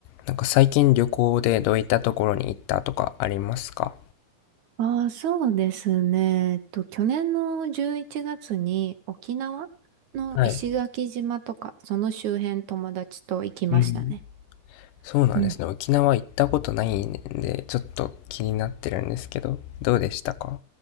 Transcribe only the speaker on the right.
ああ、そうですね。えっと、去年の11月に沖縄の石垣島とか、
その周辺友達と行きましたね。
うん。